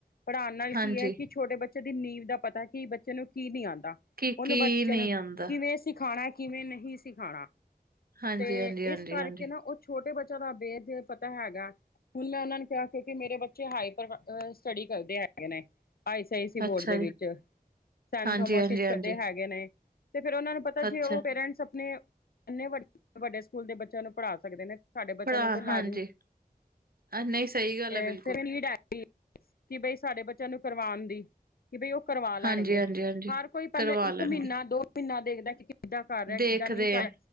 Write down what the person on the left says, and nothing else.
ਪੜਾਨ ਨਾਲ
ਕੀ ਐ ਕਿ ਛੋਟੇ ਬੱ ਚੇ ਦੀ ਨੀਂਵ ਦਾ ਪਤੈ ਕੀ ਬੱਚੇ ਨੂੰ ਕੀ ਨੀ ਆਂਦਾ।
ਓਨੂੰ
ਬੱਚੇ
ਨੂੰ
ਕਿਵੇਂ ਸਿਖਾਣੈ ਕਿਵੇਂ ਨਹੀਂ ਸਿਖਾਣਾ
ਤੇ
ਇਸ ਕਰਕੇ
ਨਾ ਓ ਛੋਟੇ ਬੱਚੇਆਂ ਦਾ ਬੇ ਜ ਪਤਾ ਹੈਗੈ ਹੁਣ ਮੈਂ ਓਨਾਂ ਨੂੰ ਕਿਆ ਕਿਉਂਕਿ ਮੇਰੇ ਬੱਚੇ ਹਾਈਪਰ ਬ ਅ ਸਟਡੀ ਕਰਦੇ ਹੈਗੇ ਨੇ ਆਈ ਸੀ ਆਈ ਸੀ ਬੋਰਡ
ਦੇ
ਵਿੱਚ। ਸੈਨ
ਥੋਮਸ
ਇੱਚ
ਪੜਦੇ ਹੈਗੇ ਨੇ ਤੇ ਫੇਰ ਓਨਾਂ ਪਤੈ
ਜੇ ਓ ਪੇਰੈਂਟਸ ਆਪਣੇ ਏਨੇ ਵ ਵੱਡੇ ਸਕੂਲ ਦੇ ਬੱਚੇਆਂ ਨੂੰ ਪੜ੍ਹਾ ਸਕਦੇ ਨੇ ਸਾਡੇ ਬੱਚੇਆਂ
ਨੂੰ ਵੀ ਤੇ ਲਾਜ
ਈ,
ਤੇ
ਫੇਰ ਏ ਨੀਡ ਐ ਕਿ ਬਈ ਸਾਡੇ ਬੱਚੇਆਂ ਨੂੰ ਕਰਵਾਨ ਦੀ ਕਿ ਬਈ ਓ ਕਰਵਾ ਲੈਣਗੇ।
ਹਰ ਕੋਈ ਪੈਲੇ
ਇੱਕ
ਮੀਨ੍ਹਾਂ, ਦੋ ਮੀਨ੍ਹਾ ਦੇਖਦੈ ਕਿ ਕਿੱਦਾਂ ਕਰ ਰੇਐ, ਕਿੱਦਾਂ
ਨੀ ਕਰ